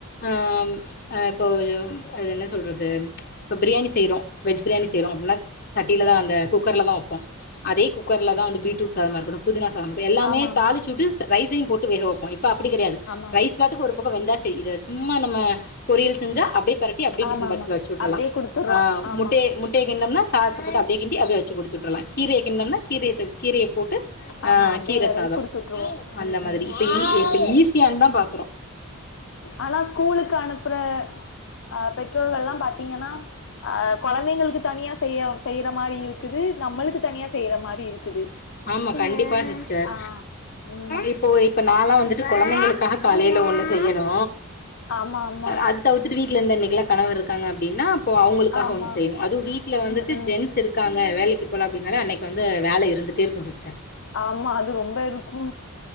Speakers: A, on the left (about 45°); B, on the left (about 60°).
A: ஆம் ஆ இப்போ ஒயம் அது என்ன சொல்றது இப்ப பிரியாணி செய்றோ வெஜ் பிரியாணி செய்றோ அப்புனா சட்டியில தா அந்த குக்கர்ல தா வப்போ அதே குக்கர்ல தா வந்து பீ்ட்ரூட் சாதமா இருக்கட்டு புதினா சாத எல்லாமே
B: ஆமா ஆமா
A: தாலிச்சுட்டு
B: ஆமா
A: ரைஸையு போட்டு வேக வப்போ இப்ப அப்புடி கெடையாது
B: ஆமா
A: ரைஸ் வாட்டுக்கு ஒரு பக்கோ வெந்தா சே இத சும்மா நம்ம பொரியல் செஞ்சா அப்டியே பெரட்டி அப்டியே டிஃபுன்
B: ஆமா
A: பாக்ஸ்ல
B: ஆமா
A: வச்சு உட்ருலா
B: அப்டியே குடுத்துர்றோ
A: ஆ
B: ஆமா
A: முட்டய முட் டயே கிண்னம்னா சாதத்த போட்டு அப்டியே கிண்டி அப்டியே வச்சு குடுத்து உட்ருலா கீரய கிண்னம்னா கீரைய தூவ் கீரைய போட்டு ஆ
B: ஆமா அப்டியே
A: கீர
B: வெதவி
A: சாதோ
B: குடுத்து விட்டுருவோம்
A: அந்த
B: ம்
A: மாதிரி
B: ம்
A: இப்ப ஈ இப்ப ஈஸியான்தா பாக்குறோ
B: ஆனா ஸ்கூலுக்கு அனுப்புற அ பெற்றோர்கள்லா பாத்தீங்கனா ஆ கொழந்தைங்களுக்கு தனியா செய்ய செய்ற மாரி இருக்குது நம்மளுக்கு தனியா செய்ற மாரி இருக்குது
A: ஆமா கண்டிப்பா சிஸ்டர்
B: ஆ ம்
A: இப் போ இப்ப நாலா வந்துட்டு கொழந்தைங்களுக்காக காலைல ஒன்னு செய்யணு
B: ஆமா ஆமா
A: அது தவுர்த்துட்டு வீட்ல இந்தா இன்னைக்குலா கணவர் இருக்காங்க அப்டினா அப்போ அவுங்களுக்காக
B: ஆமா
A: ஒன்னு செய்யணு அதூ வீட்ல வந்துட்டு
B: ம் ம்
A: ஜென்ஸ் இரு க்காங்க வேலைக்கு போல அப்டினாலே அன்னைக்கு வந்து வேல இருந்துட்டே இருக்கு சிஸ்டர்
B: ஆமா அது ரொம்ப இருக்கூ